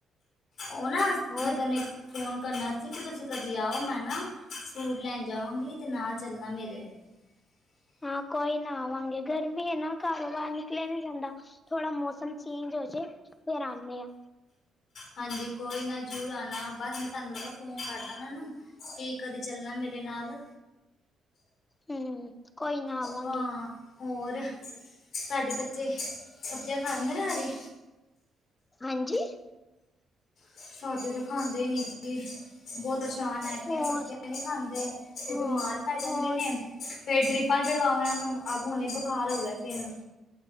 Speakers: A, on the left (about 60°); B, on the left (about 25°).
A: ਉਹ ਨਾ
B: ਹੋਰ
A: ਮੈਂ ਤੈਨੇ ਫੋਨ ਕਰਨਾ ਸੀ ਕਿ ਤੁਸੀਂ ਕਦੀ ਆਓ ਮੈਂ ਨਾ ਸੂਟ ਲੈਣ ਜਾਵਾਂਗੀ ਤੇ ਨਾ ਚੱਲਣਾ ਮੇਰੇ, <unintelligible>
B: ਹਾਂ ਕੋਈ ਨਾ ਆਵਾਂਗੇ ਗਰਮੀ ਹੈ ਨਾ ਘਰੋ ਬਾਹਰ ਨਿਕਲਿਆ ਨੀ ਜਾਂਦਾ ਥੋੜਾ ਮੌਸਮ ਚੇਂਜ ਹੋਜੇ। ਫਿਰ ਆਨੇ ਆ,
A: ਹਾਂਜੀ ਕੋਈ ਨਾ ਜ਼ੂਰਰ ਆਣਾ ਬਸ ਮੈਂ ਤੁਹਾਨੂੰ ਪਰ ਫੋਨ ਕਰਦਾ ਉਹਨਾਂ ਨੂੰ ਕੀ ਕਦੇ ਚੱਲਣਾ ਮੇਰੇ, ਮੇਰੇ ਨਾਲ,
B: ਹੂੰ, ਕੋਈ ਨਾ ਆਵਾਂਗੇ।
A: ਹਾਂ ਹੋਰ ਤੁਹਾਡੇ ਬੱਚੇ ਸਬਜ਼ੀਆਂ ਖਾਂਦੇ ਨੇ ਹਰੀ,
B: ਹਾਂਜੀ,
A: ਸਾਦ ਤੇ ਖਾਂਦੇ ਹੀ ਨੀ ਜੀ ਬਹੁਤ, ਪਰੇਸ਼ਾਨ ਹੈਗੇ
B: ਹੋਰ
A: ਸਬਜ਼ੀਆਂ ਨੀ ਖਾਂਦੇ ਤੇ
B: ਹਾਂ
A: ਬਿਮਾਰ ਪੈ ਜਾਂਦੇ
B: ਹੋਰ
A: ਨੇ, ਫੇਰ ਡਰਿਪਾਂ ਚੜਵਾਓ ਇਹਨਾਂ ਨੂੰ ਆ ਹੁਨੇ ਬੁਖਾਰ ਹੋ ਗਿਆ ਸੀ ਇਹਨੂੰ